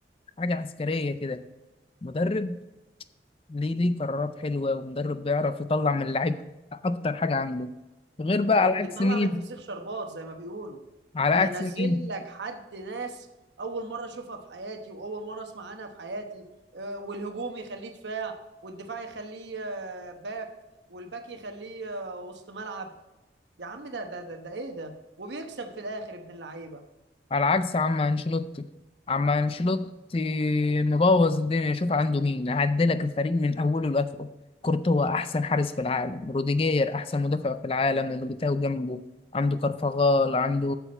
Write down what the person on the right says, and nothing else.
هو
بيطلع
من الفسيخ شربات زي ما بيقولوا
يعني
ينزل
لك حد ناس اول مره اشوفها في حياتي واول مره اسمع عنها في حياتي آه، والهجوم يخليه دفاع والدفاع يخليه آه، باك والباك يخليه آه، وسط ملعب يا عم ده ده ده, ده ايه ده وبيكسب في الاخر ابن اللعيبه